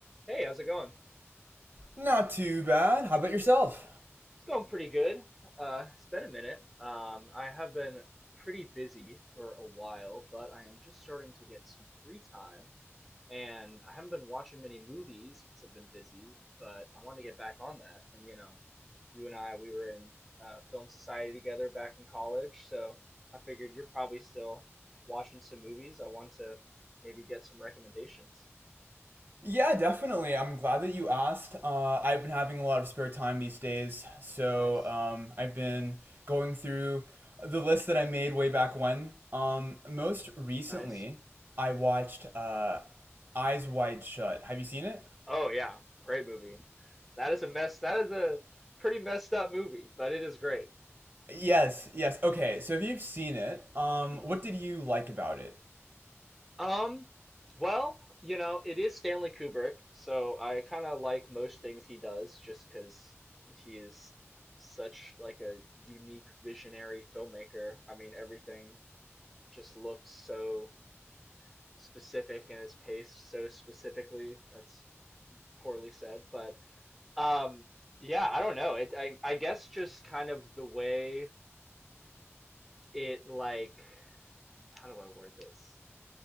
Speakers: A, in the centre; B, on the right.
A: Hey, how's it going?
B: Not too bad. How about yourself?
A: It's going pretty good. Uh, it's been a minute. Um, I have been pretty busy for a while, but I am just starting to get some free time, and I haven't been watching many movies because I've been busy, but I want to get back on that. And you know, you and I, we were in uh, film society together back in college, so I figured you're probably still watching some movies. I want to maybe get some recommendations.
B: Yeah, definitely. I'm glad that you asked. Uh, I've been having a lot of spare time these days, so
A: Nice,
B: um, I've been going through the list that I made way back when. Um, most recently,
A: nice.
B: I watched uh, Eyes Wide Shut. Have you seen it?
A: Oh yeah, great movie. That is a mess. That is a pretty messed up movie, but it is great.
B: Yes, yes. Okay, so if you've seen it, um,
A: hmm
B: what did you like about it?
A: Um, well, you know, it is Stanley Kubrick, so I kind of like most things he does, just because he is such like a unique visionary filmmaker. I mean, everything just looks so specific and is paced so specifically. That's poorly said, but um, yeah, I don't know. It, I, I guess just kind of the way it like how do I word this?